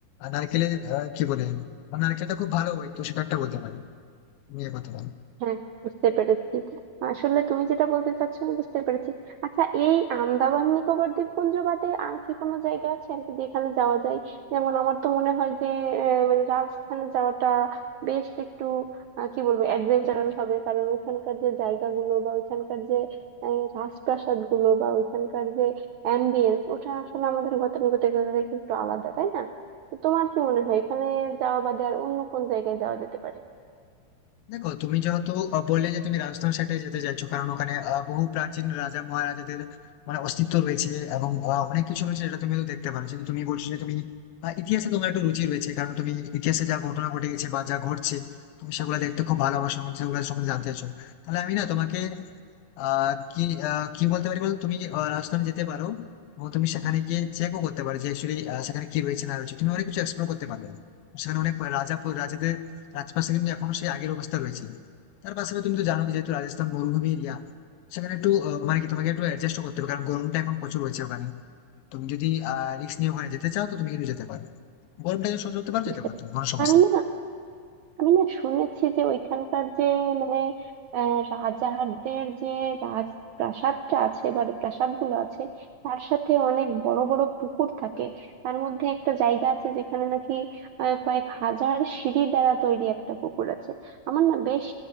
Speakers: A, on the left; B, on the right.
A: নারকেলের আহ, কি বলে নারকেলটা খুব ভালো হয় তো সেটা একটা বলতে পারি তুমি এ কথা বলো
B: হ্যাঁ হ্যাঁ বুঝতে পেরেছি আসলে তুমি যেটা বলতে চাচ্ছ আমি বুঝতে পেরেছি আচ্ছা এই আন্দামান নিকোবর দ্বীপপুঞ্জ বাদে আর কি কোনো জায়গা আছে আর কি যেখানে যাওয়া যায় যেমন আমার তো মনে হয় যে আহ, মানে রাজস্থানে যাওয়াটা বেশ একটু আহ, কি বলবো অ্যাডভেঞ্চারাল হবে কারণ ওইখানকার যে জায়গাগুলো বা ওইখানকার যে রাজপ্রাসাদ গুলো বা ওইখানকার যে অ্যাম্বিয়েন্স ওটা আসলে আমাদের গতানুগতিকতা থেকে একটু আলাদা তাই না তো তোমার কি মনে হয় এখানে যাওয়া বাদে আর অন্য কোন জায়গায় যাওয়া যেতে পারে
A: দেখো তুমি যেহেতু আহ, বললে যে তুমি রাজস্থান সাইডে যেতে চাইছো কারণ ওখানে আহ, বহু প্রাচীন রাজা মহারাজাদের মানে অস্তিত্ব রয়েছে এবং আহ, অনেক কিছু রয়েছে যেটা তুমি তো দেখতে পারো কিন্তু তুমি বলছো যে তুমি আহ, ইতিহাসে তোমার একটু রুচি রয়েছে কারণ তুমি ইতিহাসে যা ঘটনা ঘটে গেছে বা যা ঘটছে তুমি সেগুলো দেখতে খুব ভালোবাসো এবং সেগুলো সম্বন্ধে জানতে চাইছো তাহলে আমি না তোমাকে আহ কি আহ, কি বলতে পারি বলতো তুমি আহ, রাজস্থানে যেতে পারো এবং তুমি সেখানে গিয়ে চেকও করতে পারো যে অ্যাকচুয়ালি সেখানে কি রয়েছে না রয়েছে তুমি অনেক কিছু এক্সপ্লোর করতে পারবে সেখানে অনেক রাজা রাজাদের রাজপাশে কিন্তু এখনো সেই আগের অবস্থা রয়েছে তার পাশাপাশি তুমি তো জানো যেহেতু রাজস্থান মরুভূমি এরিয়া সেখানে একটু আহ, মানে কি তোমাকে একটু অ্যাডজাস্ট করতে হবে কারণ গরমটা এখন প্রচুর রয়েছে ওখানে তুমি যদি আহ রিস্ক নিয়ে ওখানে যেতে চাও তো তুমি কিন্তু যেতে পারো গরমটা যদি সহ্য করতে পারো
B: বুঝতে
A: যেতে পারো
B: পেরেছি
A: কোনো সমস্যা
B: আমি
A: নেই।
B: না আমি না শুনেছি যে ওইখানকার যে মানে আহ, রাজাদের যে রাজ প্রাসাদটা আছে বা প্রাসাদগুলো আছে তার সাথে অনেক বড় বড় পুকুর থাকে তার মধ্যে একটা জায়গা আছে যেখানে নাকি আহ, কয়েক হাজার সিঁড়ি দ্বারা তৈরি একটা পুকুর আছে আমার না বেশ